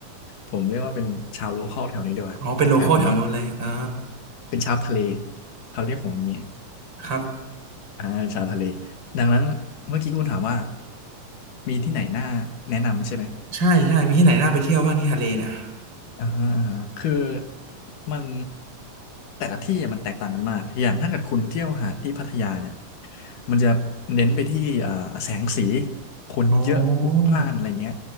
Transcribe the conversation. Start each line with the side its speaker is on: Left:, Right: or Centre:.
Left: ผมเรียกว่าเป็นชาวโลคอลแถวนี้ดีกว่าแถบแถบนี้
Right: อ๋อเป็นโลคอลแถวนู้นเลยอ่า
Left: เป็นชาวทะเลเขาเรียกผมอย่างนี้
Right: ครับ
Left: อ่าเป็นชาทะเลดังนั้นเมื่อกี้คุณถามว่ามีที่ไหนน่าแนะนำใช่ไหม
Right: ใช่ใช่มีที่ไหนน่าไปเที่ยวบ้างที่ทะเลเนี่ย
Left: อ่าฮะอ่าฮะคือมันแต่ละที่มันแตกต่างกันมากอย่างถ้าเกิดคุณเที่ยวหาดที่พัทยาเนี่ยมันจะเน้นไปที่อ่าแสงสีคนเยอะพลุกพล่านอะไรเงี้ย
Right: อ๋อ